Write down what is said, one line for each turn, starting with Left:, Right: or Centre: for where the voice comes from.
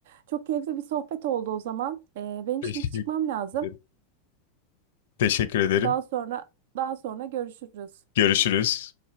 Right: Çok keyifli bir sohbet oldu o zaman. E, benim
Left: Teşekkür
Right: şimdi çıkmam lazım.
Left: ederim. Teşekkür ederim.
Right: Daha sonra daha sonra görüşürüz.
Left: Görüşürüz.